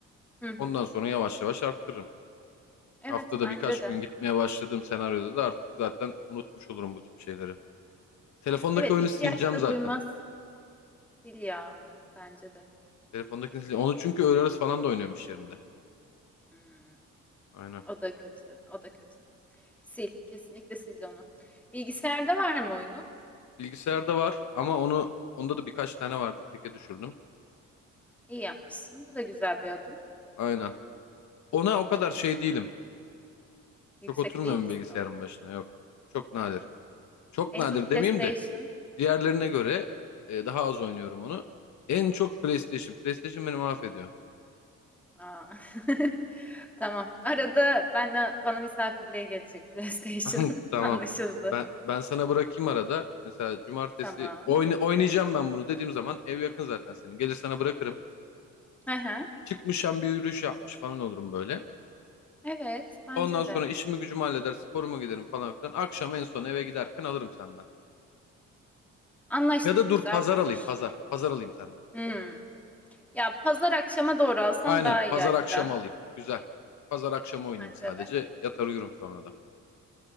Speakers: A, in the centre; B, on the left.
A: Hı hı.
B: Ondan sonra yavaş yavaş arttırırım.
A: Evet
B: Haftada
A: bence
B: birkaç
A: de.
B: gün gitmeye başladığım senaryoda da artık zaten unutmuş olurum bu tip şeyleri. Telefondaki
A: Evet
B: oyunu
A: ihtiyaç
B: sileceğim
A: da
B: zaten.
A: duymaz. Sil ya onu bence de.
B: Telefondakini sileceğim. Onu çünkü öğle arası falan da oynuyorum iş yerinde.
A: Hmm,
B: Aynen.
A: O da kötü. O da kötü. Sil. Kesinlikle sil onu. Bilgisayarda var mı oyunun?
B: Bilgisayarda var ama onu onda da birkaç tane vardı. Teke düşürdüm.
A: İyi yapmışsın. Bu da güzel bir adım.
B: Aynen. Ona o kadar şey değilim.
A: Yüksek
B: Çok oturmuyorum
A: değil misin
B: bilgisayarın
A: oyunu?
B: başına yok. Çok nadir.
A: Hmm.
B: Çok
A: En
B: nadir
A: çok PlayStation.
B: demeyeyim de diğerlerine
A: Hı hı.
B: göre e, daha az oynuyorum onu. En çok PlayStation. PlayStation beni mahvediyor.
A: Aa. <laughs> Tamam. Arada ben bana misafirliğe gelecek PlayStation.
B: <laughs> Tamam.
A: <laughs> Anlaşıldı.
B: Ben ben sana bırakayım arada. Mesela cumartesi
A: Tamam.
B: oyna, oynayacağım ben bunu dediğim zaman ev yakın zaten senin. Gelir sana bırakırım.
A: Aha.
B: Çıkmışım bir yürüyüş yapmış falan olurum böyle.
A: Evet, bence
B: Ondan sonra
A: de.
B: işimi gücümü halleder, sporuma giderim falan filan. Akşam en son eve giderken alırım senden.
A: Anlaştık.
B: Ya da
A: Güzel
B: dur pazar
A: fikir.
B: alayım pazar. Pazar alayım senden.
A: Hmm. Ya pazar akşama doğru alsan
B: Aynen.
A: daha iyi
B: Pazar
A: hatta.
B: akşamı alayım. Güzel. Pazar akşamı oynayayım
A: Bence
B: sadece.
A: de.
B: Yatar uyurum sonra da.